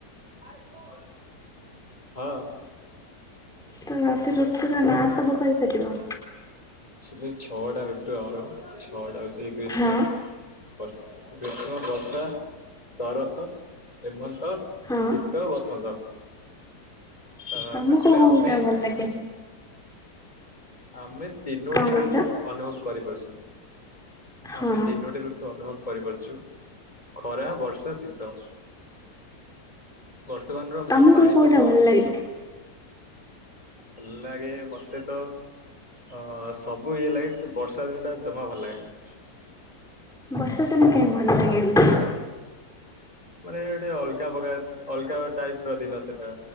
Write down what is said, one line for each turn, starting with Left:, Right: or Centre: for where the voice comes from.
Left: <unintelligible> ହଁ।
Centre: ତ ସେ ଋତୁୁର ନାଁ ସବୁ କହିପାରିବ?
Left: ଏକ୍ଟୁଆଲୀ ଛଅଟା ଋତୁ ଆମର ଛଅଟା ହେଉଛି ଗ୍ରୀଷ୍ମ
Centre: ହଁ
Left: ବର୍ଷ ଗ୍ରୀଷ୍ମ, ବର୍ଷା ଶରତ, ହେମନ୍ତ,
Centre: ହଁ
Left: ଶୀତ, ବସନ୍ତ। ଅ
Centre: ତମକୁ
Left: ଏକ୍ଟୁଆଲି ଆମେ
Centre: କୋଉଟା ଭଲ ଲାଗେ?
Left: ଆମେ ତିନୋଟି
Centre: କଣ କହିଲ?
Left: ଋତୁ ଅନୁଭବ କରିପାରୁଛନ୍ତି।
Centre: ହଁ
Left: ଆମେ ତିନୋଟି ଋତୁ ଅନୁଭବ କରିପାରୁଛୁ, ଖରା, ବର୍ଷା, ଶୀତ। ବର୍ତ୍ତମାନର
Centre: ତମକୁ
Left: ଯୋଉ ପାଣିପାଗ
Centre: କୋଉଟା ଭଲ ଲାଗେ?
Left: ତ ଭଲ ଲାଗେ ମତେ ତ ଅ ସବୁ ଇଏ ଲାଗେ କିନ୍ତୁ ବର୍ଷା ଦିନ ଟା ଜମା ଭଲ ଲାଗେ ନା।
Centre: ବର୍ଷା ଦିନେ କାହିଁ ଭଲ ଲାଗେନି?
Left: ମାନେ ଗୋଟେ ଅଲଗା ପ୍ରକାର ଅଲଗା ଟାଇପ୍ ର ଦିନ ସେଟା।